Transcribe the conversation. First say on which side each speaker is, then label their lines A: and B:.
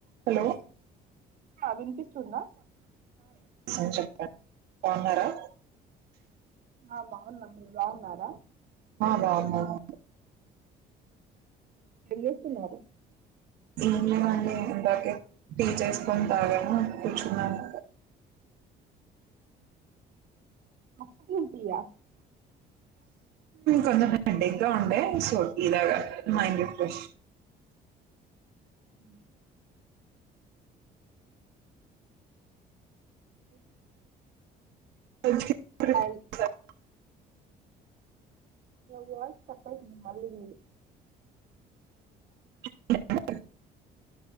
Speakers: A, on the right; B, on the right.
A: హలో
B: ఆ వినిపిస్తుందా
A: కొంచం <unintelligible> బాగున్నారా
B: ఆ బాగున్నా మీరు బాగున్నారా
A: బాగున్నాము
B: ఏం చేస్తున్నారు
A: ఏం లేదండి ఇందాకే టీ చేసుకొని తాగాను కూర్చున్నాను
B: అప్పు కుంటియా
A: కొంచెం హెడేక్ గా ఉండే సో టీ తాగ మైండ్ రిఫ్రెష్
B: అ అ
A: <unintelligible>
B: బాయ్ ఇ వాయిసు స్ట్రక్ అయితుంది మళ్ళీ మీది
A: <unintelligible>